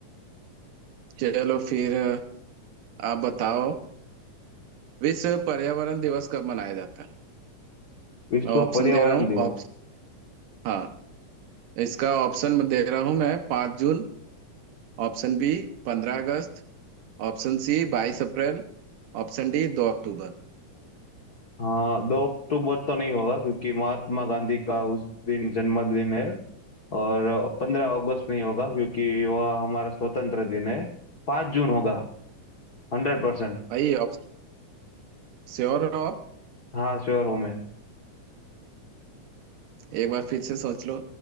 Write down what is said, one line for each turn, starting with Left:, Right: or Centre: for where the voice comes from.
Right: चलो फिर अ, आप बताओ विश्व पर्यावरण दिवस कब मनाया जाता
Left: विश्व
Right: है ऑप्शन
Left: पर्यावरण
Right: दे रहा हूँ
Left: दिवस
Right: ऑप्शन हाँ इसका ऑप्शन दे रहा हूं मैं पाँच जून ऑप्शन बी पंद्रह अगस्त ऑप्शन सी बाईस अप्रैल ऑप्शन डी दो अक्टूबर
Left: हाँ दो अक्टूबर तो नहीं होगा क्योंकि महात्मा गांधी का उस दिन जन्मदिन है और पंद्रह अगस्त नहीं होगा क्योंकि वह हमारा स्वतंत्र दिन है पाँच जून होगा हंड्रेड परसेंट
Right: भाई ऑप्शन श्योर हो आप
Left: हाँ श्योर हूँ मैं
Right: एक बार फिर से सोच लो